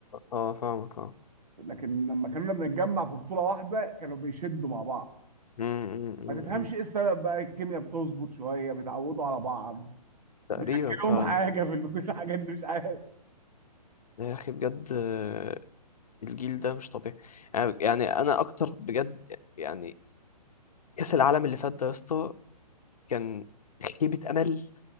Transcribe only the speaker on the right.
لكن لما كنا بنتجمع في بطوله واحده كانوا بيشدوا مع بعض
ما تفهمش
ايه السبب بقى الكيمياء بتظبط شويه بيتعودوا على بعض
بياكلهم
حاجه في الب- في الحاجات دي مش عارف